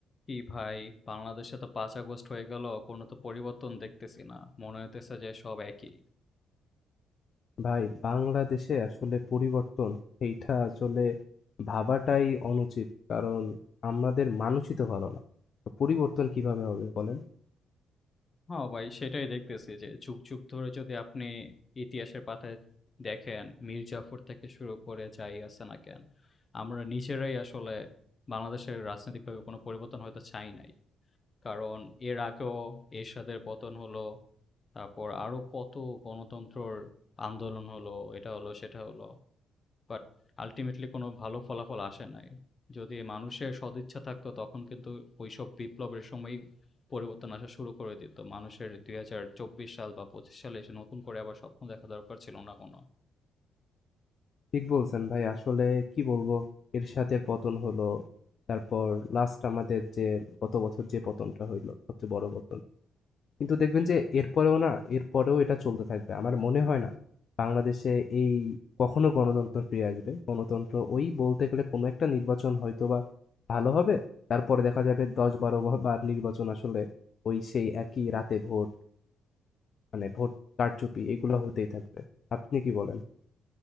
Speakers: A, on the left (about 35°); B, on the left (about 50°).
A: কি ভাই বাংলাদেশে তো ৫ আগস্ট হয়ে গেল, কোনো তো পরিবর্তন দেখতেছি না। মনে হইতেছে যে সব একই।
B: ভাই, বাংলাদেশে আসলে পরিবর্তন এইটা আসলে ভাবাটাই অনুচিত। কারণ আমাদের মানুষই তো ভালো না। তো পরিবর্তন কিভাবে হবে বলেন?
A: হ্যাঁ, ভাই সেটাই দেখতেছি যে যুগ, যুগ ধরে যদি আপনি ইতিহাসের পাতায় দেখেন, মীর জাফর থেকে শুরু করে যাই আছে না কেন, আমরা নিজেরাই আসলে বাংলাদেশের রাজনৈতিকভাবে কোনো পরিবর্তন হয়তো চাই নাই। কারণ এর আগেও এরশাদের পতন হলো, তারপর আরো কত গণতন্ত্রর আন্দোলন হলো, এটা হলো, সেটা হলো। বাট আল্টিমেটলি কোনো ভালো ফলাফল আসে নাই। যদি মানুষের সদিচ্ছা থাকতো তখন কিন্তু ওইসব বিপ্লবের সময়ই পরিবর্তন আসা শুরু করে দিত। মানুষের ২০২৪ সাল বা ২৫ সালে এসে নতুন করে আবার স্বপ্ন দেখা দরকার ছিল না কোনো।
B: ঠিক বলছেন ভাই। আসলে কি বলবো, এরশাদের পতন হলো। তারপর লাস্ট আমাদের যে গত বছর যে পতনটা হইলো সবচেয়ে বড় পতন। কিন্তু দেখবেন যে এরপরেও না, এরপরেও এটা চলতে থাকবে। আমার মনে হয় না বাংলাদেশে এই কখনো গণতন্ত্র ফিরে আসবে। গণতন্ত্র ওই বলতে গেলে কোনো একটা নির্বাচন হয়তোবা ভালো হবে। তারপরে দেখা যাবে ১০-১২ বা বার নির্বাচন আসলে ওই সেই একই রাতে ভোট, মানে ভোট কারচুপি এগুলো হতেই থাকবে। আপনি কি বলেন?